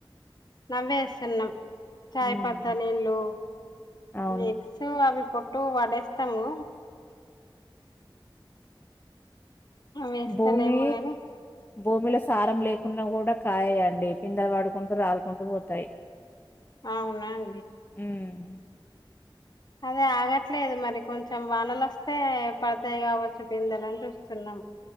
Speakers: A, on the left; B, on the left.
A: ఆ వేస్తున్నాం చాయ్
B: ఉమ్
A: పత్తా నీళ్ళు
B: అవును
A: ఎగ్స్ అవి పట్టు వడేస్తము వేస్తలేము
B: భూమీ
A: గాని
B: భూమిల సారం లేకున్నా కూడా కాయండి పిందర పడుకుంటూ రాలుకుంటూ పోతాయి
A: అవునా అండి
B: మ్
A: అదే ఆగట్లేదు మరి కొంచెం వానలు వస్తే పడతాయి కావచ్చు పిందెలని చూస్తున్నాం